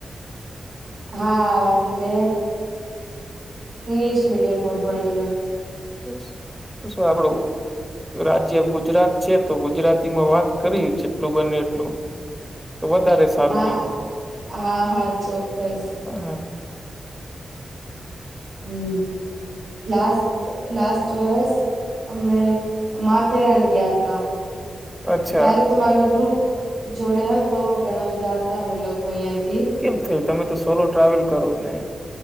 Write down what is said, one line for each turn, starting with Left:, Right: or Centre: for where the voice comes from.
Right: હા મે ઇંગ્લિશ મીડિયમમાં ભણ્યું હે.
Centre: બસ તો શું આપડું રાજ્ય ગુજરાત છે તો ગુજરાતીમાં વાત કરી જેટલું બને એટલું. વધારે સારું
Right: હા,
Centre: રે
Right: હા, હા, ચોક્કસ.
Centre: હા.
Right: હમ લાસ્ટ લાસ્ટ વરસ અમે માથેરાન ગયા હતા
Centre: અચ્છા
Right: ત્યારે તમારા ગ્રુપ જોડે હતો ઘણા બધા હતા અમે લોકો અહિયાંથી.
Centre: કેમ થયું તમે તો સોલો ટ્રાવેલ કરો ને.